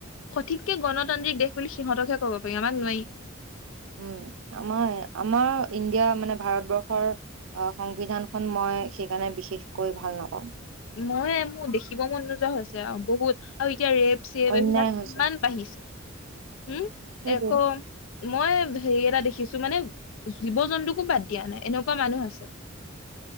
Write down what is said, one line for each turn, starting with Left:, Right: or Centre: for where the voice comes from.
Left: সঠিককে গণতান্ত্ৰিক দেশ বুলি সিহঁতকহে ক'ব পাৰ আমাক নোৱাৰি।
Right: উম, আমাৰ-আমাৰ ইণ্ডিয়া মানে ভাৰতবৰ্ষ সংবিধানখন মই সেইকাৰণে বিশেষকৈ ভাল নাপাওঁ।
Left: মই মোৰ দেখিব মন নোযোৱা হৈছে আৰু বহুত, আৰু এতিয়া ৰেপ এইবিলাক
Right: অন্যায় হৈছে
Left: কিমান বাঢ়িছে, উম?
Right: সেইটোৱে
Left: আকৌ মই হেৰি এটা দে কিছু মানে জীৱ-জন্তুকো বাদ দিয়া নাই, এনেকুৱা মানুহ আছে।